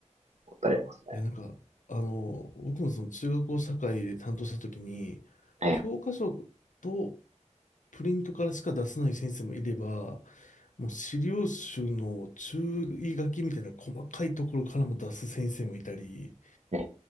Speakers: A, on the right; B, on the left.
A: 思ったりありますね。
B: や、なんか、あの、僕もその中学校社会で担当した時に、
A: ええ、
B: 教科書とプリントからしか出せない先生もいれば、もう資料集の注意書きみたいな細かいところからも出す先生もいたり、
A: え